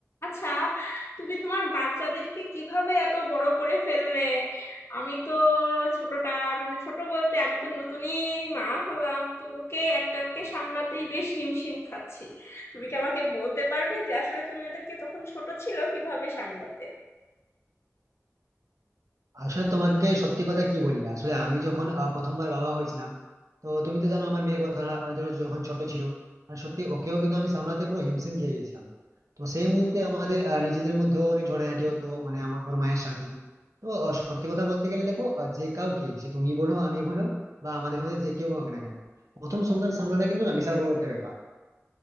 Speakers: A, on the left; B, on the right.
A: আচ্ছা তুমি তোমার বাচ্চাদেরকে কিভাবে এত বড় করে ফেললে আমি তো ছোটটা মানে ছোট বলতে আমি তো নতুনই মা হলাম তো ওকে একটাকে সামলাতেই বেশ হিমশিম খাচ্ছি তুমি কি আমাকে বলতে পারবে যে আসলে তুমি ওদেরকে যখন ছোট ছিল কিভাবে সামলাতে
B: আসলে তোমাকে সত্যি কথা কি বলি আসলে আমি যখন আহ, প্রথমবার বাবা হয়েছিলাম তো তুমি তো জানো আমার মেয়ের কথাটা মানে ধরো যখন ছোট ছিল মানে সত্যি ওকেও কিন্তু আমি সামলাতে পুরো হিমশিম খেয়ে গেছিলাম তো সেই মুহূর্তে আমাদের আহ, নিজেদের মধ্যেও অনেক ঝগড়াঝাটি হতো মানে আমার ওর মায়ের সাথে তো আহ, সত্যি কথা বলতে গেলে দেখো আহ, যে কাউকে সে তুমি বলো আমি বলো বা আমাদের মধ্যে যে কেউ হোক না কেন প্রথম সন্তান সামলানো কিন্তু না বিশাল বড় একটা ব্যাপার